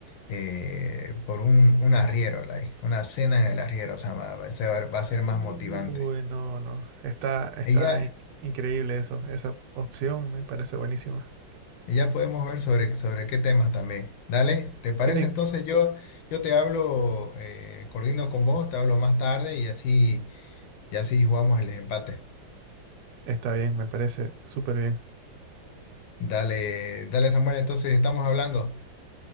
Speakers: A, on the left (about 80°); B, on the right (about 65°).
A: eh, por un, un arriero, like, una cena en el arriero, o sea, va, va a ser va a ser más
B: Uy,
A: motivante.
B: no, no. Está, está
A: Y ya.
B: in- increíble eso. Esa opción me parece buenísima.
A: Y ya podemos ver sobre, sobre qué temas también. Dale, ¿te parece?
B: Tiene...
A: Entonces yo, yo te hablo, eh, coordino con vos, te hablo más tarde y así, y así jugamos el desempate.
B: Está bien, me parece súper bien.
A: Dale, dale Samuel, entonces estamos hablando.